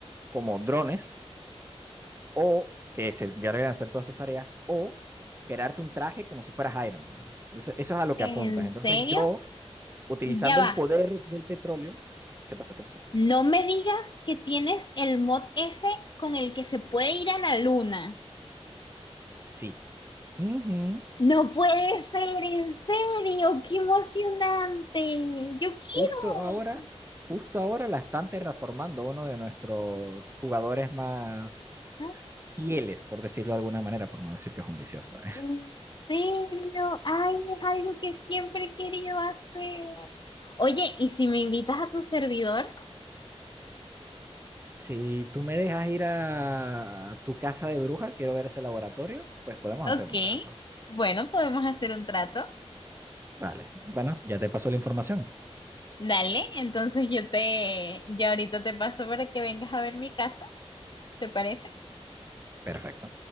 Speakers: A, on the right; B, on the left.
A: como drones o que se encarguen de hacer todas tus tareas o crearte un traje como si fueras Iron Man. Eso, eso es a lo que
B: ¿En
A: apuntas. Entonces
B: serio?
A: yo, utilizando
B: Ya va.
A: el poder del petróleo, ¿qué pasó? ¿Qué pasó?
B: No me digas que tienes el mod ese con el que se puede ir a la luna.
A: Sí. Ujú.
B: No puede ser, en serio, qué emocionante. Yo quiero.
A: Justo ahora, justo ahora la están terraformando uno de nuestros jugadores más
B: Ah,
A: fieles, por decirlo de alguna manera, por no decir que es un vicioso. ¿eh?
B: En serio, ay, es algo que siempre he querido hacer. Oye, ¿y si me invitas a tu servidor?
A: Si tú me dejas ir a tu casa de bruja, quiero ver ese laboratorio, pues podemos
B: Ok,
A: hacer un trato.
B: bueno, podemos hacer un trato.
A: Vale. Bueno, ya te pasó la información.
B: Dale, entonces yo te, ya ahorita te paso para que vengas a ver mi casa, ¿te parece?
A: Perfecto.